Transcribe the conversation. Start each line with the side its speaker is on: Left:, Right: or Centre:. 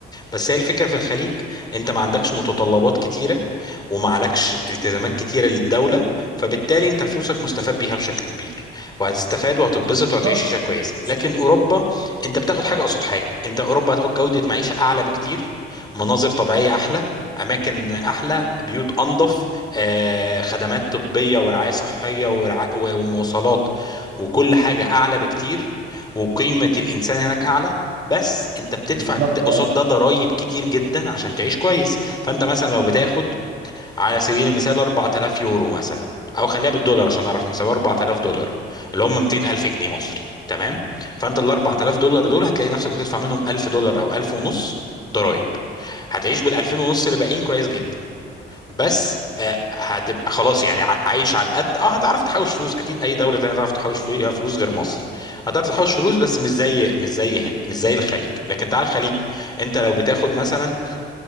Left: بس هي الفكره في الخليج انت ما عندكش متطلبات كتيره وما عليكش التزامات كتيره للدوله فبالتالي انت فلوسك مستفاد بيها بشكل كبير وهتستفاد وهتتبسط وهتعيش
Right: بالظبط
Left: عيشه كويسه لكن اوروبا انت بتاخد حاجه قصاد حاجه انت اوروبا هتاخد جوده معيشه اعلى بكتير مناظر طبيعيه احلى اماكن احلى بيوت انظف آه، خدمات طبية ورعاية صحية ورع- و- ومواصلات وكل حاجة أعلى بكتير وقيمة الإنسان هناك أعلى بس أنت بتدفع
Right: بالظبط
Left: د- قصاد
Right: اه
Left: ده ضرايب كتير جدا عشان تعيش كويس فأنت مثلا لو بتاخد على سبيل المثال 4000 يورو مثلا أو خليها بالدولار عشان نعرف نحسبها 4000 دولار اللي هم 200 ألف جنيه مصري تمام فأنت ال 4000 دولار دول هتلاقي نفسك بتدفع منهم 1000 دولار أو 1000 ونص ضرايب هتعيش بال 2000 ونص اللي باقيين كويس جدا بس آه، هتبقى خلاص يعني ع- عايش على القد اه هتعرف تحوش فلوس اكيد اي دوله تانية تعرف تحوش فيها فلوس غير مصر هتعرف تحوش فلوس بس مش زي مش زي هنا مش زي الخليج لكن تعال الخليج انت لو بتاخد مثلا